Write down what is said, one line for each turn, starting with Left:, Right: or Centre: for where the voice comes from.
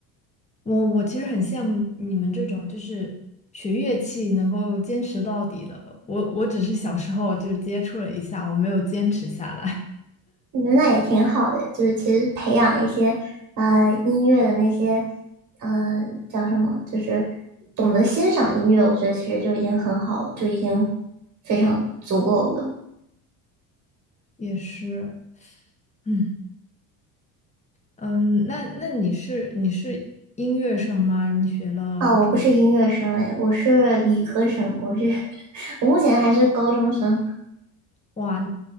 Left: 我我其实很羡慕你们这种就是学乐器能够坚持到底的。我我只是小时候就是接触了一下，我没有坚持下来。
Right: 嗯那也挺好的，就是其实培养一些呃音乐的那些呃叫什么，就是懂得欣赏音乐，我觉得其实就已经很好了，就已经非常足够了。
Left: <laughs> 也是，嗯。嗯，那那你是你是音乐生吗？你学了这么，
Right: 啊，我不是音乐生诶，我是理科生，我是 <laughs> 我目前还是高中生。
Left: 哇，